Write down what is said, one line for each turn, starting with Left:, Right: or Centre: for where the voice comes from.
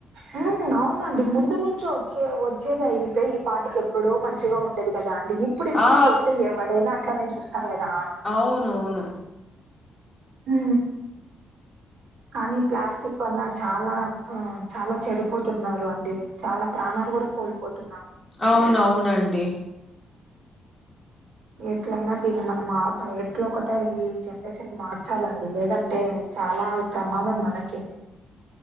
Right: ఉ ఉ అవునండి ముందు నుంచి వచ్చే వచ్చేది అయితే ఈ పాటికి ఎప్పుడో మంచిగా ఉండేది కదా అండి ఇప్పుడు ఇప్పుడు
Centre: ఆ
Right: చేస్తే ఎవడైనా అట్లనేే చూస్తరు కదా
Centre: అవునువును
Right: ఉ కానీ ప్లాస్టిక్ వల్ల చాలా ఆ చాలా చెడిపోతున్నారు అండి చాలా ప్రాణాలు కూడా కోల్పోతున్నాం
Centre: అవునవునండి
Right: ఎట్లయినా దీన్ని మనం అప ఎట్ల ఒకటైయి జనరేషన్ మార్చాలండి లేదంటే చాలా ప్రమాదం మనకే